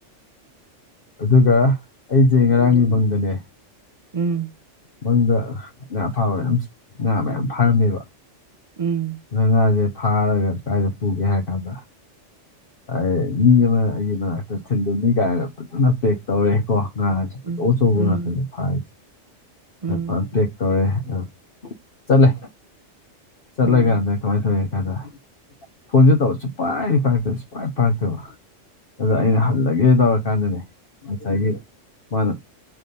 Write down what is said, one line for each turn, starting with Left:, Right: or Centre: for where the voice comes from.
Left: ꯑꯗꯨꯒ ꯑꯩꯁꯦ ꯉꯔꯥꯡꯒꯤꯃꯪꯗꯅꯦ
Right: ꯎꯝ
Left: ꯃꯪꯗ ꯉꯥ ꯐꯥꯕ ꯃꯌꯥꯝ ꯉꯥ ꯃꯌꯥꯝ ꯐꯥꯔꯝꯃꯦꯕ
Right: ꯎꯝ
Left: ꯅꯪ ꯉꯥꯁꯦ ꯐꯥꯔꯒ ꯀꯥꯏꯗ ꯄꯨꯒꯦ ꯍꯥꯏ ꯀꯥꯟꯗ ꯑꯥꯏ ꯃꯤ ꯑꯃ ꯑꯩꯒꯤ ꯃꯅꯥꯛꯇ ꯊꯤꯟꯗꯨꯅꯤ ꯀꯥꯏꯅ ꯐꯖꯅ ꯄꯦꯛ ꯇꯧꯔ‌ꯦꯀꯣ ꯉꯥ ꯁꯤ ꯑꯆꯧ
Right: ꯎꯝ
Left: ꯑꯆꯧꯕ
Right: ꯎꯝ
Left: ꯉꯥꯛꯇꯅꯤ ꯐꯥꯔꯤꯁ‌ꯦ
Right: ꯎꯝ
Left: ꯐꯥ ꯄ‌ꯦꯛ ꯇꯧꯔꯦ ꯑꯥ ꯆꯠꯂꯦ ꯆꯠꯂꯒ
Right: ꯎꯝ
Left: ꯑꯗ ꯀꯃꯥꯏꯅ ꯇꯧꯏ ꯀꯗ ꯐꯣꯟꯁꯦ ꯇꯧꯔ ꯁꯨꯄꯥꯏ ꯄꯥꯏꯔꯛꯇꯕ ꯁꯨꯄꯥꯏ ꯄꯥꯏꯔꯛꯇꯕ ꯑꯗ ꯑꯩꯅ ꯍꯜꯂꯒꯦ ꯇꯧꯔꯀꯥꯟꯗꯅꯦ ꯉꯁꯥꯏꯒꯤ ꯃꯥꯅ